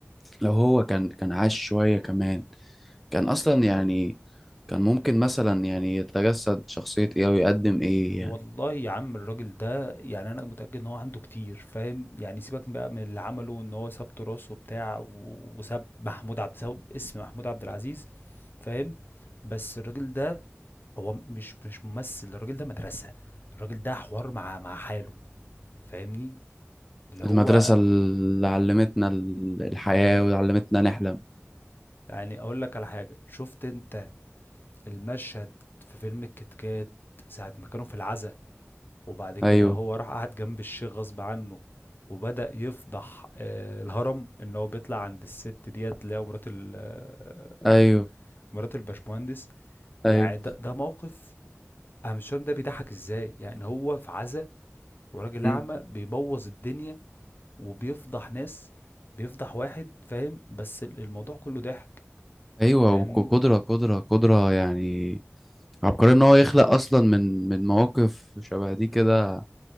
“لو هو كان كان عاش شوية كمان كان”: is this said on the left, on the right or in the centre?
Centre